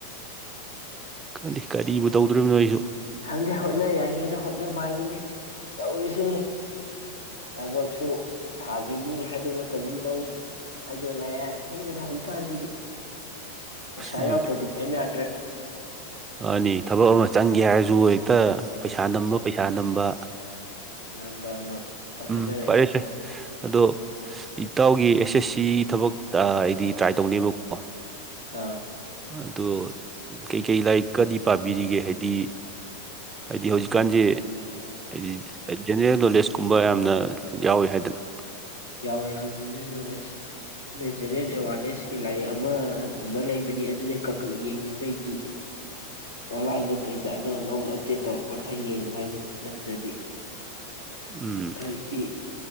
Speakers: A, on the right; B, on the left.
A: ꯈꯪꯗꯦ ꯀꯔꯤꯕꯨ ꯇꯧꯗꯣꯔꯤꯕꯅꯣ ꯑꯩꯁꯨ
B: ꯈꯪꯗꯦ ꯍꯣꯠꯅ ꯌꯥꯏꯉꯅ ꯍꯣꯠꯅꯕ ꯍꯥꯏꯗꯨꯅꯤ ꯇꯧꯔꯤꯁꯤꯅꯤ ꯊꯕꯛꯁꯨ ꯊꯥꯈꯤꯅꯤ ꯍꯥꯏꯗꯣꯛꯂꯛꯇꯒꯨꯝ ꯇꯧ ꯍꯥꯏꯗꯣꯛꯂꯛꯑꯦ ꯈꯪꯗꯦ ꯍꯧꯖꯤꯛꯀꯥꯟꯁꯤꯗꯤ ꯄꯩꯁꯥ
A: ꯑꯁ ꯑꯩꯁꯨ
B: ꯌꯥꯎꯗ꯭ꯔꯗꯤ ꯀꯔꯤꯝ ꯌꯥꯗ꯭ꯔꯦ
A: ꯑꯅꯤ ꯊꯕꯛ ꯑꯃ ꯆꯪꯒꯦ ꯍꯥꯏꯔꯁꯨ ꯍꯦꯛꯇ ꯄꯩꯁꯥ ꯅꯝꯕ ꯄꯩꯁꯥ ꯅꯝꯕ
B: ꯉꯝꯕ ꯑꯃ ꯆꯥꯎꯈꯠꯅꯔꯛꯏꯅꯤ
A: ꯎꯝ ꯐꯔꯦꯁꯦ ꯑꯗꯣ ꯏꯇꯥꯎꯒꯤ ꯑꯦꯁ ꯑꯦꯁ ꯁꯤ ꯊꯕꯛ ꯑꯩꯗꯤ ꯇ꯭ꯔꯥꯏ ꯇꯧꯅꯦꯕꯀꯣ
B: ꯑꯥ
A: ꯑꯗꯣ ꯀꯩꯀꯩ ꯂꯥꯏꯔꯤꯛ ꯀꯗꯤ ꯄꯥꯕꯤꯔꯤꯒꯦ ꯍꯥꯏꯗꯤ ꯍꯥꯏꯗꯤ ꯍꯧꯖꯤꯛꯀꯥꯟꯁꯦ ꯍꯥꯏꯗꯤ ꯖꯦꯅꯔꯦꯜꯅꯣꯂꯦꯁ ꯒꯨꯝꯕ ꯌꯥꯝꯅ ꯌꯥꯎꯋꯤ ꯍꯥꯏꯗꯅ
B: ꯌꯥꯎ ꯌꯥꯎꯏ ꯖꯦꯅꯔꯦꯜ ꯅꯣꯂꯦꯁ ꯖꯦꯅꯔꯦꯟ ꯑꯦꯋꯥꯔꯅꯦꯁꯀꯤ ꯂꯥꯏꯔꯤꯛ ꯑꯃꯒꯨꯝꯕ ꯂꯩꯕꯅꯤ ꯑꯗꯨꯗꯤ ꯀꯛꯀꯛ ꯌꯦꯡꯉꯤ ꯑꯇꯩꯗꯤ ꯑꯣꯟꯂꯥꯏꯟꯗ ꯀꯩꯗ ꯑꯅꯧ ꯑꯅꯧꯕ ꯑꯞꯗꯦꯠ ꯇꯧꯔꯛꯄ ꯈꯔ ꯌꯦꯡꯕ ꯍꯥꯏꯗꯨꯅꯤ ꯅꯠꯇ꯭ꯔꯗꯤ
A: ꯎꯝ
B: ꯍꯧꯖꯤꯛꯇꯤ